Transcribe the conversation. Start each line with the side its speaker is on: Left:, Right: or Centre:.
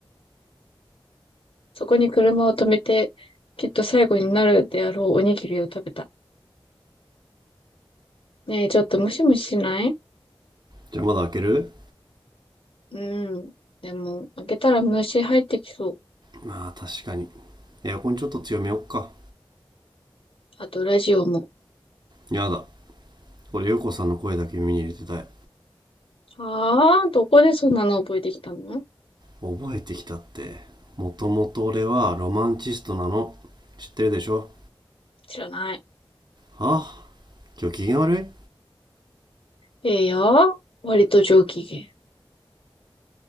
Left: そこに車を止めて、きっと最後になるであろうおにぎりを食べた。ねえ、ちょっとムシムシしない
Right: じゃあまだ開ける
Left: うん。でも、開けたら虫入ってきそう。
Right: まあ確かにエアコンちょっと強めよっか
Left: あと、ラジオも。
Right: やだ俺陽子さんの声だけ耳に入れてたい
Left: はあ、どこでそんなの覚えてきたの
Right: 覚えてきたってもともと俺はロマンチストなの知ってるでしょ
Left: 知らない。
Right: はあ今日機嫌悪い
Left: ええよ。割と上機嫌。